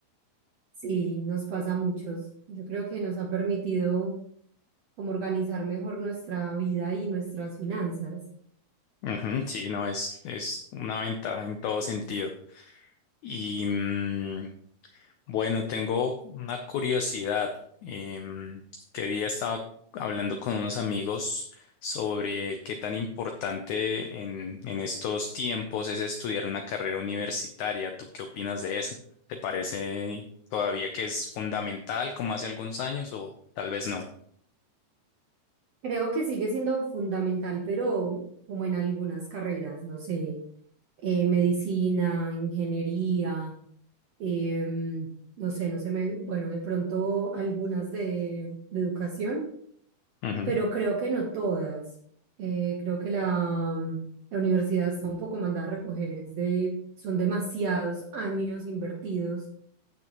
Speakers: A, on the right; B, on the left.
A: Sí, nos pasa a muchos. Yo creo que nos ha permitido como organizar mejor nuestra vida y nuestras finanzas.
B: Ujú, sí, no, es, es una ventaja en todo sentido. Y, mm, Bueno, tengo una curiosidad. Em, que día estaba hablando con unos amigos sobre qué tan importante en, en estos tiempos es estudiar una carrera universitaria. ¿Tú qué opinas de eso? ¿Te parece todavía que es fundamental como hace algunos años o tal vez no?
A: Creo que sigue siendo fundamental, pero como en algunas carreras, no sé. eh, medicina, ingeniería, em, no sé, no sé, me, bueno, de pronto algunas de, de educación,
B: Ujú,
A: pero creo que no todas. Eh, creo que la, mm, la universidad está un poco mandada a recoger, es de, son demasiados años invertidos